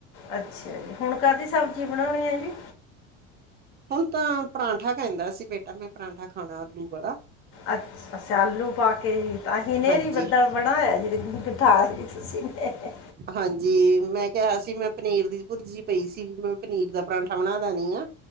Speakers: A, on the left; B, on the right.
A: ਅੱਛਾ ਜੀ, ਹੁਣ ਕਾਹਦੀ ਸਬਜ਼ੀ ਬਣਾਉਣੀ ਹੈ ਜੀ?
B: ਹੁਣ ਤਾਂ ਪਰਾਂਠਾ ਕੈੰਦਾ ਸੀ ਬੇਟਾ, ਮੈਂ ਪਰਾਂਠਾ ਖਾਣਾ ਆਲੂ ਵਾਲਾ।
A: ਅਸੀਂ ਆਲੂ ਪਾ ਕੇ ਜੀ, ਤਾਂ ਹੀ ਨੇਰੀ
B: ਹਾਂਜੀ
A: ਬੱਦਲ ਬ ਆ ਐ ਜੀ, ਦੇਖੋ ਗੁਠਾਲ <unintelligible>
B: ਹਾਂਜੀ, ਮੈਂ ਕਿਹਾ ਸੀ ਮੈਂ ਪਨੀਰ ਦੀ ਭੁਰਜੀ ਪਈ ਸੀ, ਵੀ ਮੈਂ ਪਨੀਰ ਦਾ ਪਰਾਂਠਾ ਬਣਾ ਦੇਨੀਂ ਆ।